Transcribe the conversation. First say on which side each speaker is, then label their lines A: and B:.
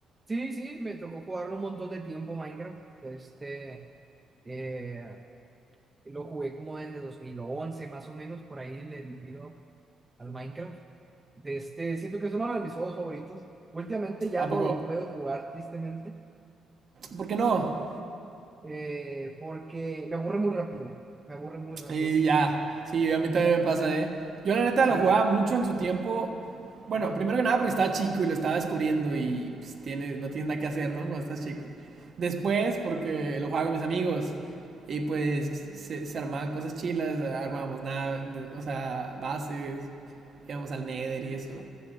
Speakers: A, on the right; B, on the right.
A: sí, sí, me tocó jugarlo un montón de tiempo Minecraft. Este, eh, lo jugué como desde 2011 más o menos, por ahí le di tiro al Minecraft. De este, siento que es uno de mis juegos favoritos. Últimamente ya
B: ¿A
A: no
B: poco?
A: lo puedo jugar, tristemente,
B: ¿Por qué no?
A: eh, porque me aburre muy rápido. Me aburre muy rápido.
B: Y ya, sí, a mí también me pasa, ¿eh? Yo la neta
A: Sí,
B: lo jugaba
A: no-
B: mucho en su tiempo. Bueno,
A: ajá.
B: primero que nada porque estaba chico y lo estaba descubriendo y pues, tiene, no tienes nada que hacer, ¿no? Cuando estás chico. Después porque lo jugaba con mis amigos y pues se, se armaban cosas chilas, armábamos nada, o sea, bases, íbamos al Nether y eso.